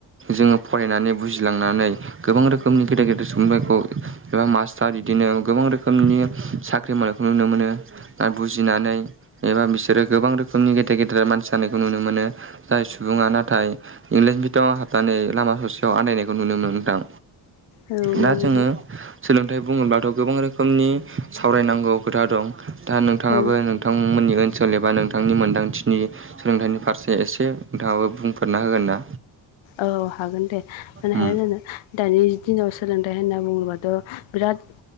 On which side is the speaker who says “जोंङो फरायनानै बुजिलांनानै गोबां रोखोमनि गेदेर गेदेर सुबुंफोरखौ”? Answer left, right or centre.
Right